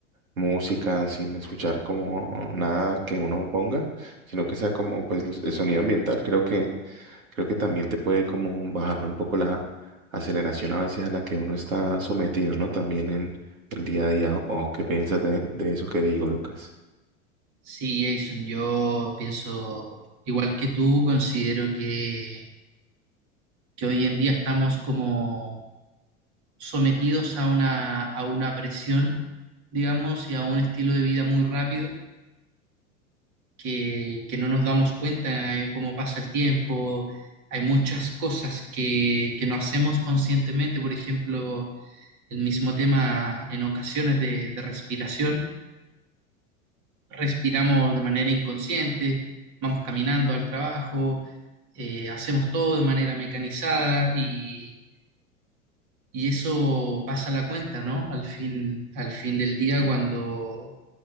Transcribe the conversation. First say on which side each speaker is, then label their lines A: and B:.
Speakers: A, on the right (about 80°); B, on the right (about 45°).
A: música, sin escuchar como nada que uno ponga, sino que sea como pues el sonido ambiental. Creo que creo que también te puede como bajar un poco la aceleración a veces a la que uno está sometido, ¿no? También en el día a día. ¿O qué piensas de, de eso que digo, Lucas?
B: Sí, Jason, yo pienso, igual que tú, considero que, que hoy en día estamos como sometidos a una, a una presión, digamos, y a un estilo de vida muy rápido que, que no nos damos cuenta eh, cómo pasa el tiempo. Hay muchas cosas que, que no hacemos conscientemente, por ejemplo, el mismo tema en ocasiones de, de respiración. Respiramos de manera inconsciente, vamos caminando al trabajo, eh, hacemos todo de manera mecanizada y, y eso pasa la cuenta, ¿no? Al fin, al fin del día, cuando,